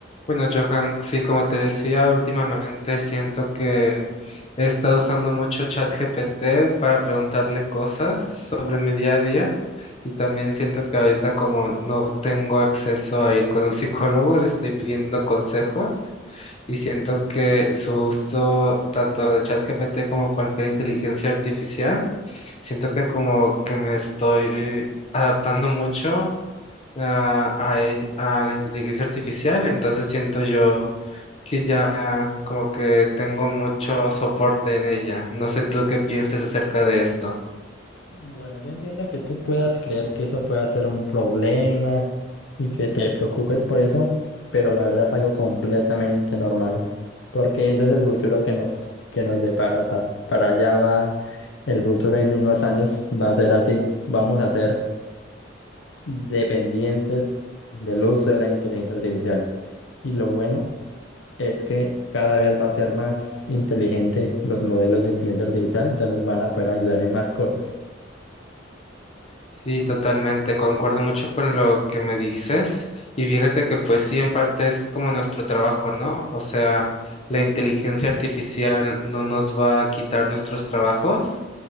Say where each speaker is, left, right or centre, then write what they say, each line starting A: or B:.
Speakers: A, on the left; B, on the left.
A: Bueno, Johan, sí, como te decía, últimamente siento que he estado usando mucho ChatGPT para preguntarle cosas sobre mi día a día y también siento que ahorita como no tengo acceso a ir con un psicólogo, le estoy pidiendo consejos y siento que su uso tanto de ChatGPT como cualquier inteligencia artificial, siento que como que me estoy adaptando mucho a, a ell- a la inteligencia artificial, entonces siento yo que ya como que tengo mucho soporte en ella. No sé tú qué pienses acerca de esto.
B: Bueno, yo entiendo que tú puedas creer que eso pueda ser un problema y que te preocupes por eso, pero la verdad es algo completamente normal, porque ese es el futuro que nos, que nos depara, o sea, para allá va el futuro en unos años, va a ser así, vamos a ser dependientes del uso de la inteligencia artificial. Y lo bueno es que cada vez va a ser más inteligente los modelos de inteligencia artificial, entonces van a poder ayudar en más cosas.
A: Sí, totalmente, concuerdo mucho con lo que me dices. Y fíjate que pues sí, en parte es como nuestro trabajo, ¿no? O sea, la inteligencia artificial no nos va a quitar nuestros trabajos,